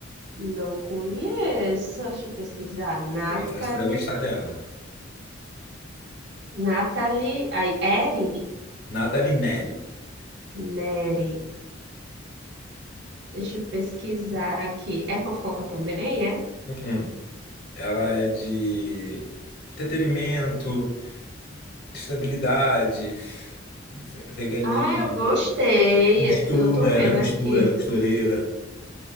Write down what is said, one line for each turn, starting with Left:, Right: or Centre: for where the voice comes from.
Right: Não conheço. Deixa eu pesquisar. Natalie.
Left: Acho que você vai gostar dela.
Right: Natalie. Aí, Eri?
Left: Nathalie Neri.
Right: Neri. Deixa eu pesquisar aqui. É fofoca também, é?
Left: Uh-uh. Ela é de entretenimento, estabilidade, ve- veganismo,
Right: Ah, eu gostei.
Left: costura.
Right: Eu tô
Left: Ela
Right: vendo
Left: é costura,
Right: aqui.
Left: ela é costureira.